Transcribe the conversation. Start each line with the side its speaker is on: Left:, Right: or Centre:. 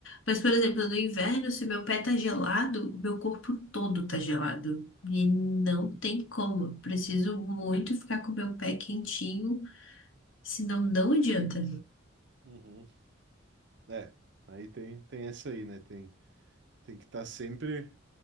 Left: Mas, por exemplo, no inverno, se meu pé tá gelado, o meu corpo todo tá gelado. E não tem como. Eu Preciso muito ficar com o meu pé quentinho, senão não adianta.
Right: Uhum. É, aí tem, tem essa aí, né? Tem, tem que estar sempre